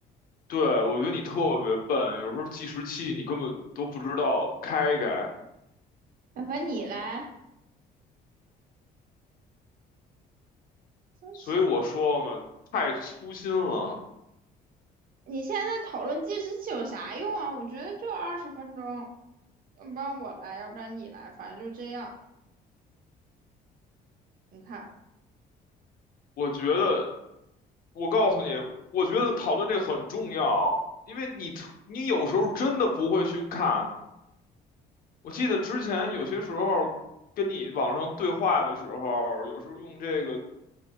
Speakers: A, on the left; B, on the right.
A: 对，我觉得你特别笨，有时候计时器你根本都不知道开开，
B: 要不然你来。真是的，
A: 所以我说嘛，太粗心了。
B: 你现在讨论计时器有啥用啊？我觉得就二十分钟，要不然我来，要不然你来，反正就这样。你看，
A: 我觉得我告诉你，我觉得讨论这很重要，因为你特你有时候真的不会去看。我记得之前有些时候跟你网上对话的时候，有时候用这个